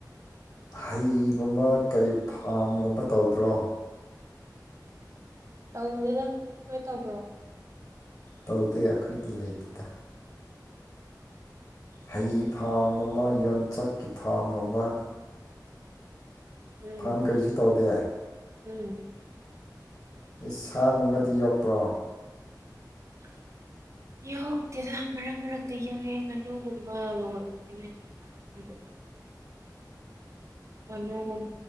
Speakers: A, on the left; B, on the right.
A: ꯍꯩꯒꯨꯝꯕ ꯀꯔꯤ ꯐꯥꯝꯒꯨꯝꯕ ꯇꯧꯗ꯭ꯔꯣ
B: ꯇꯧꯗꯦꯗ ꯅꯣꯢ ꯇꯧꯕ꯭ꯔꯣ
A: ꯇꯧꯗꯦ ꯑꯩꯈꯣꯏꯗꯤ ꯂꯩꯇꯦꯗ ꯍꯩ ꯐꯥꯝꯒꯨꯝꯕ ꯌꯣꯟꯆꯥꯛꯀꯤ ꯐꯥꯝꯒꯨꯝꯕ
B: ꯎꯝ
A: ꯐꯥꯝ ꯀꯔꯤꯁꯨ ꯇꯧꯗꯦ
B: ꯎꯝ
A: ꯑꯦ ꯁꯥꯒꯨꯝꯕꯗꯤ ꯌꯣꯛꯄ꯭ꯔꯣ
B: <inaudible> ꯌꯣꯛꯇꯦꯗ ꯃꯔꯛ ꯃꯔꯛꯇ ꯌꯣꯛꯑꯦ ꯉꯥꯅꯨꯒꯨꯝꯕ ꯂꯣꯢꯕꯅꯤ <unintelligible> ꯃꯅꯨꯡ ꯎꯝ